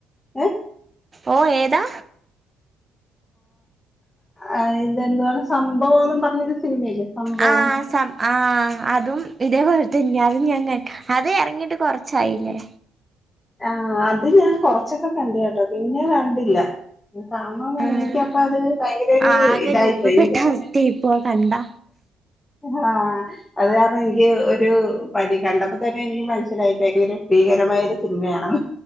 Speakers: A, on the left; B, on the right.
A: ഏ
B: ഓ ഏതാ
A: ആ ഇത് എന്തുവാണ് സംഭവം എന്ന് പറഞ്ഞൊരു സിനിമയില്ലേ സംഭവം
B: ആ സ ആഹ അതും ഇതേപോലെ തന്നെ അതും. ഞാൻ അത് ഇറങ്ങിട്ട് കൊറച്ചായില്ലേ?
A: ആഹ അത് ഞാൻ കൊറച്ചൊക്കെ കണ്ട് കേട്ടോ പിന്നെ കണ്ടില്ല. <unintelligible>
B: ആഹ്
A: എനിക്ക് അപ്പ അത് ഭയങ്കര ഒരു
B: ആകെ
A: ഇതായിപ്പോയി.
B: ലൂപ്പിപ്പെട്ട
A: എനിക്കങ്ങനെ.
B: അവസ്ഥയായിപ്പോ ആ കണ്ടാ
A: ആഹ അത് കാരണം എനിക്ക് ഒരു പനി. കണ്ടപ്പോ തന്നെ എനിക്ക് മനസ്സിലായി ഭയങ്കര ഭീകരമായി <unintelligible> സിനിമയാണ്